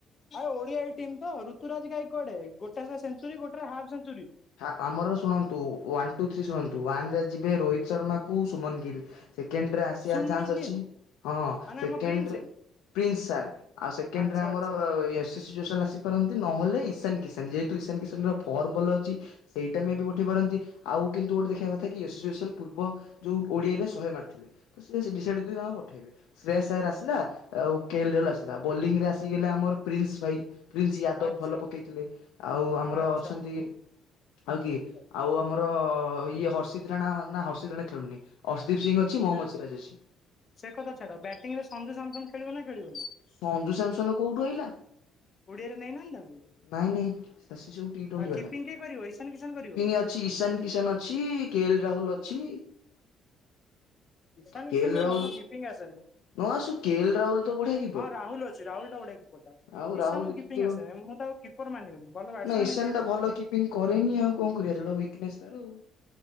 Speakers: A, on the left; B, on the left.
A: ଆଉ ଓଡିଆ ଟିମ ତ ଋତୁରାଜ ଗାଈ କୁଆଡେ ଗୋଟେ ସେଞ୍ଚୁରୀ ଗୋଟେ ହାପ୍ ସେଞ୍ଚୁରି।
B: ହା ଆମର ଶୁଣନ୍ତୁ ୱାନ ଟୁ ଥ୍ରୀ ଶୁଣନ୍ତୁ ୱାନରେ ଯିବେ ରୋହିତକୁ ଶର୍ମାକୁ ସୁମନ ଗିଲ୍। ସେକେଣ୍ଡରେ ଆସିବାର
A: ସୁମନ
B: ଚାନ୍ସ ଅଛି
A: ଗିଲ୍
B: ହଁ
A: ମାନେ
B: ସେେଣ୍ଡରେ
A: ଆମ ପ୍ରିନ୍ସ
B: ପ୍ରିନ୍ସ ସ ଆଉ ସେକଣ୍ଡରେ
A: ଆଚ୍ଛା
B: ଆମର
A: ଆଚ୍ଛା
B: <unintelligible> ଆସିପାରନ୍ତି ନହେଲେ ଇଶାନ କିସାନ। ଯେହେତୁ ଇଶାନ କିଶାନର ଫର୍ ଭଲ ଅଛି ସେଇଟା ବି ପଠେଇ ପାରନ୍ତି ଆଉ କିନ୍ତୁ ଗୋଟେ ଦେଖିବା କଥା <unintelligible> କି ପୂର୍ବ ଯୋଉ ଓଡିଆରେ ଶହେ ମାରିଥିଲେ ତ ସେ ଡିସାଇଡ କରି ତାଙ୍କୁ ପଠେଇବେ। ଶ୍ରେୟ ସାର ଆସିଲା ଆଉ କେଲ ଆସିଲା ବୋଲିଂରେ ଆସିଗଲେ ଆମର ପ୍ରିନ୍ସ ଭାଇ। ପ୍ରିନ୍ସ ୟାଦବ
A: ଆଚ୍ଛା
B: ଭଲ ପକେଇଥିଲେ ଆଉ ଆମର
A: ଆଚ୍ଛା
B: ଅଛନ୍ତି
A: ଆଚ୍ଛା
B: ଆଉ କିଏ। ଆଉ ଆମର ଇଏ ହର୍ଷିତ ରାଣା ନା ହର୍ଷିତ ରାଣା ଖେଳୁନି। ଅସର୍ଦୀପ ସିଂ ଅଛି ମହମ୍ମଦ ସିରାଜ ଅଛି।
A: ସେ କଥା ଛାଡ ବ୍ୟାଟିଂ ରେ ସଞ୍ଜୁ ସାମସଙ୍ଗ ଖେଳିବ ନା ଖେଳିବନି।
B: ସଞ୍ଜୁ ସାମସନ କୋଉଠୁ ଅଇଲା।
A: ଓଡିଆରେ ନେଇନାହାନ୍ତି ତାକୁ।
B: ନାଇଁ ନାଇଁ। <unintelligible>
A: ଆଉ କିପିଙ୍ଗ କିଏ କରିବ ଇଶାନ କିଶାନ କରିବ
B: ଇଶାନ କିଶାନ ଅଛି କେ ଏଲ ରାହୁଲ ଅଛି।
A: ଇସାନ
B: କେଏଲ
A: କିଷାନ
B: ରାହୁଲ
A: ଭଲ କିପିଙ୍ଗ ଆସେନି।
B: ନ ଆସୁ କେଏଲ ରାହୁଲ ତ ବଢିଆ କିପର
A: ହଁ ରାହୁଲ ଅଛି ରାହୁଲ ଟା ବଢିଆ କିପଟା
B: ଆଉ ରାହୁଲ
A: ଇଶାନ
B: ଦେଖିଥିବ।
A: କିପିଙ୍ଗ ଆସେନି ମୁଁ ତା କିପର ମାନେ ଭଲ ବାଟ୍ସମ୍ୟାନ୍
B: ନା ଇଶାନ
A: ହେଇଥାଇପାରେ।
B: ଟା ଭଲ କିପିଙ୍ଗ କରେନି ଆଉ କଣ କରିବା ଉଇକନେସ ତାର।